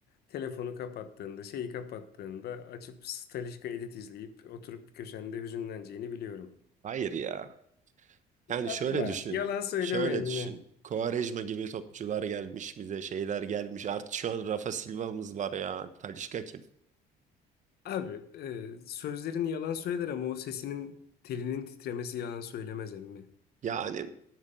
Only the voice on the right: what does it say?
Hayır ya. Yani
şöyle düşün.
Şöyle
düşün. Quaresma gibi topçular gelmiş bize. Şeyler gelmiş. Artık şu an Rafa Silva'mız var ya. Talisca kim?
Yani